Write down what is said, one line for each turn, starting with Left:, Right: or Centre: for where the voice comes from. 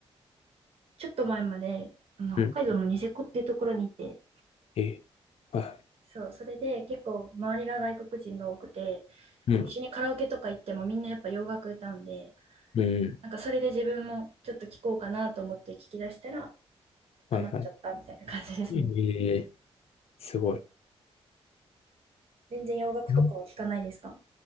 Right: ちょっと前まで、あの、
Left: うん、
Right: 北海道のニセコっていうところにいて、
Left: へえ、はいはい、
Right: そう、それで結構周りが外国人が多くて、
Left: うん、
Right: こう一緒にカラオケとか行ってもみんなやっぱ洋楽歌うんで、
Left: うん、うん
Right: なんかそれで自分もちょっと聴こうかなと思って聞き出したら、ハマっちゃったみたいな感じですね。
Left: はいはい。ええ、すごい。
Right: 全然洋楽とかは聞かないですか
Left: よ